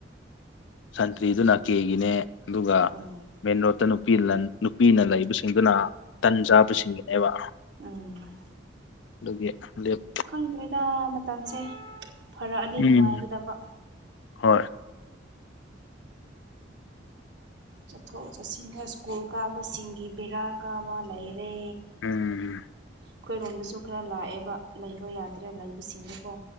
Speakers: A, on the left; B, on the right.
A: ꯁꯟꯇ꯭ꯔꯤꯗꯨꯅ ꯀꯦꯒꯤꯅꯦ ꯑꯗꯨꯒ
B: ꯎꯝ
A: ꯃꯦꯟꯔꯣꯗꯠꯇ ꯅꯨꯄꯤ ꯂꯟ ꯅꯨꯄꯤꯅ ꯂꯩꯕꯁꯤꯡꯗꯨꯅ ꯇꯟ ꯆꯥꯕꯁꯤꯡꯒꯤꯅꯦꯕ
B: ꯎꯝ
A: ꯑꯗꯨꯒꯤ ꯂꯦꯞ
B: ꯈꯪꯗ꯭ꯔꯦꯗ ꯃꯇꯝꯁꯦ ꯐꯔꯛꯑꯗꯤ ꯅꯨꯡꯉꯥꯏꯒꯗꯕ
A: ꯎꯝ ꯍꯣꯏ
B: ꯆꯠꯊꯣꯛ ꯆꯠꯁꯤꯟꯗ ꯍꯥꯏꯁ꯭ꯀꯨꯜ ꯀꯥꯕꯁꯤꯡꯒꯤ ꯕꯦꯔꯥ ꯀꯥꯕ ꯂꯩꯔꯦ
A: ꯎꯝ
B: ꯑꯩꯈꯣꯏꯔꯣꯝꯗꯁꯨ ꯈꯔ ꯂꯥꯛꯑꯦꯕ ꯂꯩꯕ ꯌꯥꯗ꯭ꯔꯦ ꯂꯩꯕꯁꯤꯡꯗꯨꯀꯣ